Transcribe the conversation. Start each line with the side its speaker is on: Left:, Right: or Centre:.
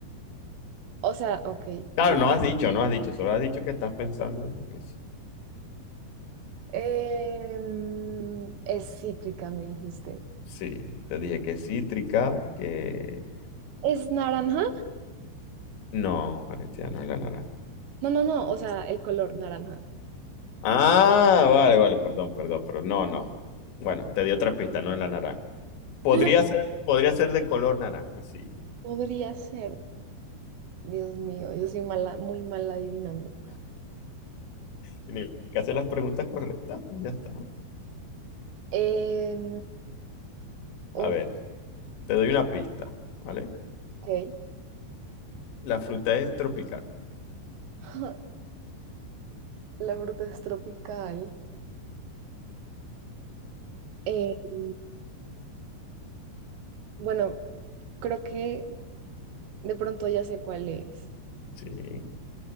Right: O sea, ok,
Left: Claro,
Right: Dios.
Left: no has dicho, no has dicho, solo has dicho que estás pensando en eso.
Right: Em, es cítrica, me dijiste.
Left: Sí, te dije que cítrica, que...
Right: ¿Es naranja?
Left: No, Valentina, no es la naranja.
Right: No, no, no, o sea, el color naranja.
Left: Ah, vale, vale, perdón, perdón, pero no, no. Bueno, te di otra pista, no es la naranja. Podría
Right: <laughs>
Left: ser, podría ser de color naranja, sí.
Right: Podría ser. Dios mío, yo soy mala, muy mala adivinando.
Left: Tienes que hacer las preguntas correctas y ya está.
Right: Em, uy,
Left: A ver, te doy una pista, ¿vale?
Right: ok.
Left: La fruta es tropical.
Right: <laughs> La fruta es tropical. Em, bueno, creo que de pronto ya sé cuál es.
Left: Sí,